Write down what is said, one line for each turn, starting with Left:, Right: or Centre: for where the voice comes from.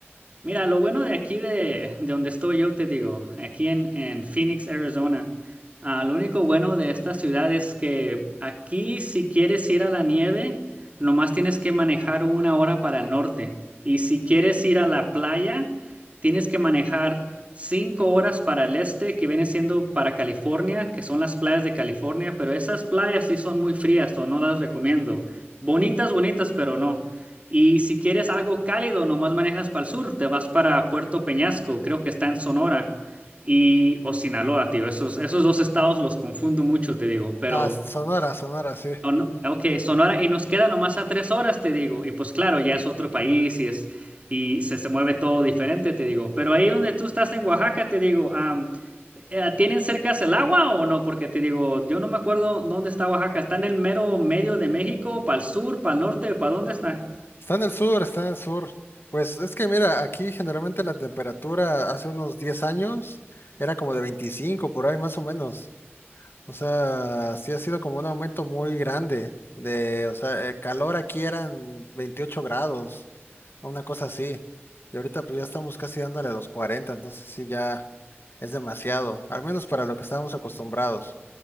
Right: Mira, lo bueno de aquí de, de donde estoy yo, te digo, aquí en, en Phoenix, Arizona, ah, lo único bueno de esta ciudad es que aquí si quieres ir a la nieve, nomás tienes que manejar una hora para el norte. Y si quieres ir a la playa, tienes que manejar cinco horas para el este, que viene siendo para California, que son las playas de California, pero esas playas sí son muy frías, o no las recomiendo. Bonitas, bonitas, pero no. Y si quieres algo cálido, nomás manejas para el sur, te vas para Puerto Peñasco, creo que está en Sonora, y o Sinaloa, tío. Esos, esos dos estados los confundo mucho, te digo, pero
Left: Ah, Sonora, Sonora, sí.
Right: o no, ok, Sonora, y nos queda nomás a tres horas, te digo, y pues claro, ya es otro país y es y se, se mueve todo diferente, te digo. Pero ahí donde tú estás en Oaxaca, te digo, am, eh, ¿tienen cercas el agua o no? Porque te digo, yo no me acuerdo dónde está Oaxaca, está en el mero medio de México, para el sur, para el norte, ¿para dónde está?
Left: Está en el sur, está en el sur. Pues es que mira, aquí generalmente la temperatura hace unos 10 años era como de 25 por ahí más o menos. O sea, sí ha sido como un aumento muy grande de, o sea, el calor aquí eran 28 grados, una cosa así. Y ahorita pues ya estamos casi dándole los 40, entonces sí ya es demasiado, al menos para lo que estábamos acostumbrados.